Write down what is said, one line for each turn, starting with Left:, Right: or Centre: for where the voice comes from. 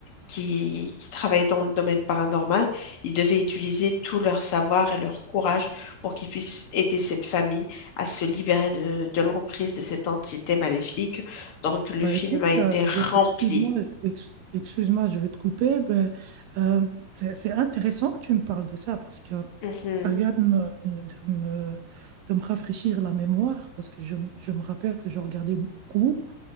Left: qui, qui travaillaient dans le domaine paranormal, ils devaient utiliser tout leur savoir et leur courage pour qu'ils puissent aider cette famille à se libérer de, de l'emprise de cette entité maléfique. Donc le
Right: Bah,
Left: film
Right: écoute,
Left: a été
Right: euh, je
Left: rempli.
Right: excuse-moi, ex- excuse-moi, je vais te couper. ben, euh, c'est c'est intéressant que tu me parles de ça parce que
Left: Mhm,
Right: ça vient de me, de me, de me rafraîchir la mémoire parce que je, me- je me rappelle que je regardais beaucoup